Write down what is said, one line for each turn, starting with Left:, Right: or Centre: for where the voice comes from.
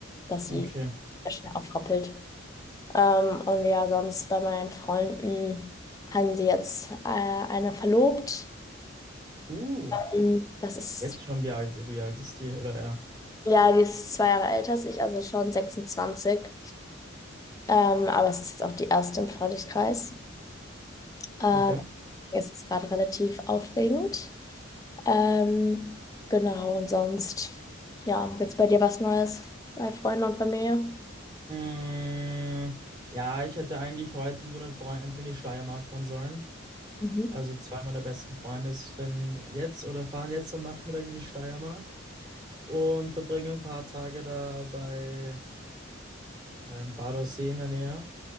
Left: dass sie
Right: Okay.
Left: sehr schnell aufrappelt. Ähm, und ja, sonst bei meinen Freunden haben sie jetzt äh, eine verlobt.
Right: Uh,
Left: Ähm, das ist,
Right: jetzt schon wie alt, wie alt ist die oder er?
Left: ja, die ist zwei Jahre älter als ich, also schon 26. Ähm, aber es ist jetzt auch die erste im Freundeskreis. Ähm,
Right: Okay.
Left: es ist gerade relativ aufregend. Ähm, genau, und sonst, ja, gibt's bei dir was Neues bei Freunden und Familie?
Right: Mm, ja, ich hätte eigentlich heute mit meinen Freunden in die Steiermark fahren sollen.
Left: Mhm.
Right: Also zwei meiner besten Freunde sind jetzt oder fahren jetzt am Nachmittag in die Steiermark. und verbringe ein paar Tage da bei da in Badersee in der Nähe